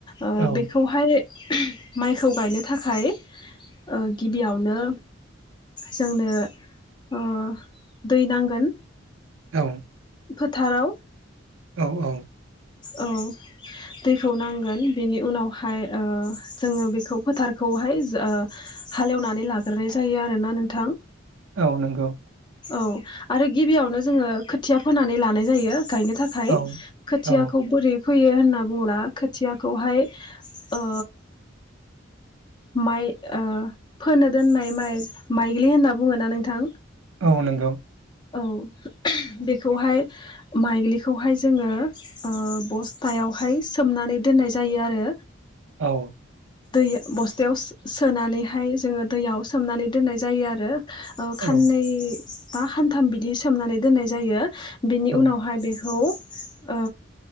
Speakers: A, on the left; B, on the right.
A: ओ
B: औ
A: बेखौहाय माइखौ गायनो थाखाय ओ गिबियावनो जोंनो ओ दै नांगोन।
B: औ।
A: फोथाराव।
B: औ औ।
A: औ दैखौ नांगोन बेनि उनावहाय ओ जोङो बेखौ फोथारखौहाय जा ओ हालएवनानै लाग्रोनाय जायो आरोना नोंथां।
B: औ नंगौ।
A: औ आरो गिबियावनो जोङो खोथिया फोनानै लानाय जायो। गायनो थाखाय
B: औ
A: खोथियाखौ
B: औ
A: बोरै फोयो होनना बुङोला खोथियाखौहाय ओ माइ ओ फोनो दोननाय माइ माइग्लि होनना बुङोना नोंथां।
B: औ नंगौ।
A: औ बेखौहाय माइग्लिखौहाय जोङो ओ बस्थायावहाय सोमनानै दोननाय जायो आरो।
B: औ।
A: दै बस्थायाव सो सोनानैहाय जोङो दैयाव सोमनानै दोननाय जायो आरो। ओ
B: औ
A: खाननै बा खानथाम बिदि सोमनानै दोननाय जायो। बिनि
B: औ
A: उनावहाय बेखौ। ओ